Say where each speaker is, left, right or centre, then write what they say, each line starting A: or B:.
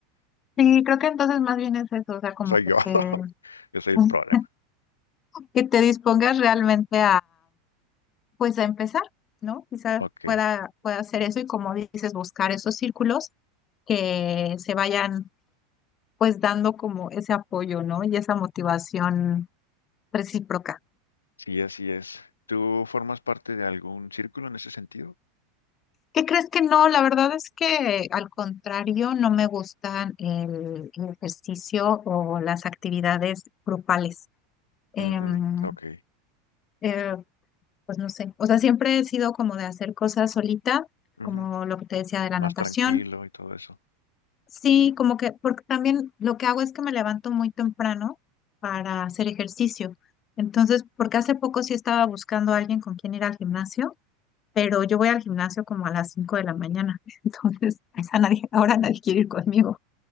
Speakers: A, on the left; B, on the left.
A: Sí, creo que entonces más bien es eso, o sea, como
B: Soy
A: que
B: yo. <laughs>
A: te,
B: Yo soy el
A: <laughs>
B: problema.
A: que te dispongas realmente pues a empezar, ¿no? Quizás
B: Ok.
A: pueda, pueda hacer eso y como dices, buscar esos círculos que se vayan pues dando como ese apoyo, ¿no? Y esa motivación recíproca.
B: Sí, así es. ¿Tú formas parte de algún círculo en ese sentido?
A: ¿Qué crees que no? La verdad es que al contrario, no me gustan el, el ejercicio o las actividades grupales. Em,
B: Ujú, Ok.
A: eh, pues no sé, o sea, siempre he sido como de hacer cosas solita,
B: Ujú.
A: como lo que te decía de la
B: Más
A: natación.
B: tranquilo y todo eso.
A: Sí, como que, porque también lo que hago es que me levanto muy temprano para hacer ejercicio. Entonces, porque hace poco sí estaba buscando a alguien con quien ir al gimnasio, pero yo voy al gimnasio como a las 5 de la mañana. <laughs> Entonces, a esa nadie, ahora nadie quiere ir conmigo.